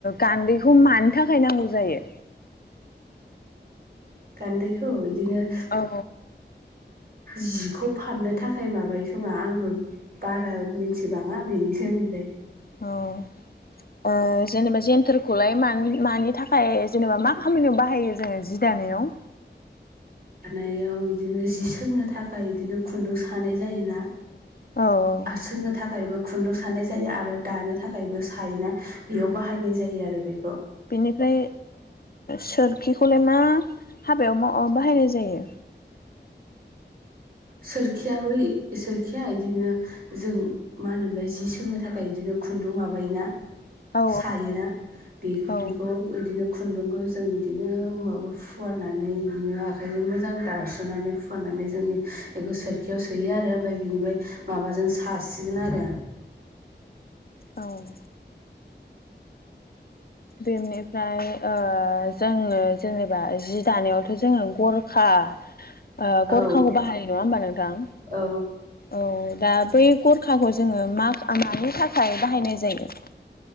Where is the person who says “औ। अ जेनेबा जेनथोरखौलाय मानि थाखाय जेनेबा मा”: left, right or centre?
Left